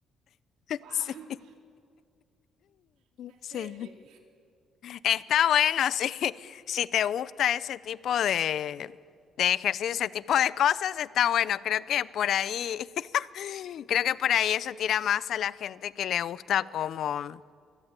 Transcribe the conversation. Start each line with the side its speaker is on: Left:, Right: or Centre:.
Right: Wow.
Left: Sí,
Right: <laughs> Está
Left: sí.
Right: chévere.
Left: Está bueno sí. si te gusta ese tipo de, de ejercicio, ese tipo de cosas, está bueno. Creo que por ahí, <laughs> creo que por ahí eso tira más a la gente que le gusta como